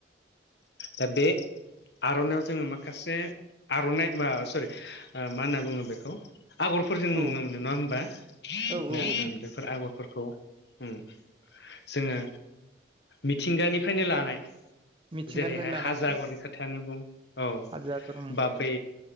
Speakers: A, on the left; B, on the right.
A: दा बे आर'नाइाव जोङो मा माखासे आर'नाइ बा सरि मा होनना बुङो बेखौ आगरफोरजों नुनो
B: औ
A: मोनो नङा होमबा? <unintelligible>
B: औ औ
A: मोनदों फोर आगरफोरखौ उम जोङो मिथिंगानिफ्रायनो लानाय
B: मिथिंगानिफ्राय
A: जेरैहाय
B: लानाय
A: हाजो
B: औ
A: आगरनि
B: औ
A: खोथायानो बुं औ
B: हाजो आगर उम
A: बा बे